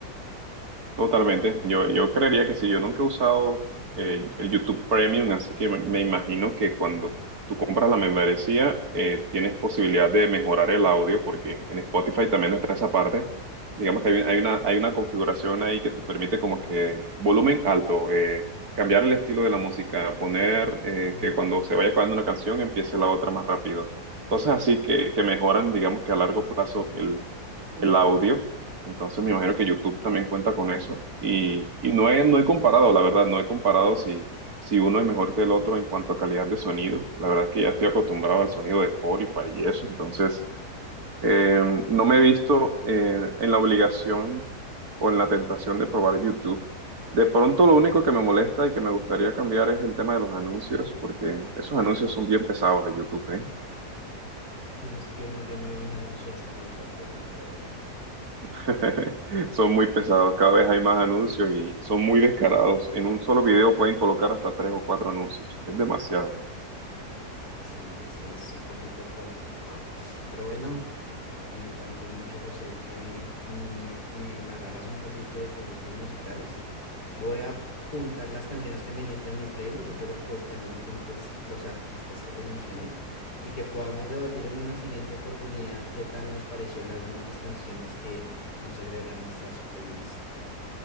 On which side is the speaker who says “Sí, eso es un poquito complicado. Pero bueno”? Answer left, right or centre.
Left